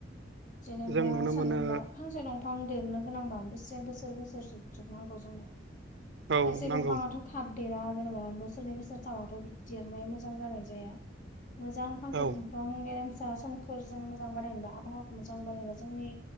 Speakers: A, on the left; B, on the right.
A: जेनेब्ला
B: जों नुनो
A: साननानैला
B: मोनो
A: फांसे दं फां देरनो गोनांबा बेसे बोसोर बोसोर जुग जुग नांगौ जोंनो
B: औ
A: खायसे
B: नांगौ
A: बंफाङाथ' थाब देरा जेनेबा बोसोरनै बोसोरथामावथ' बिदि देरनाया मोजां जानाय जाया मोजां फांसे
B: औ
A: बुफां गेरेमसा सोमखोर जों मोजां बानायनोबा आबहावा मोजां बानायनाय जोंनि